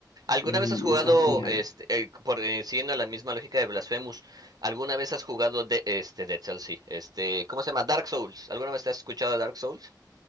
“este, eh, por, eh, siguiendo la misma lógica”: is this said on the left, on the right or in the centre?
Right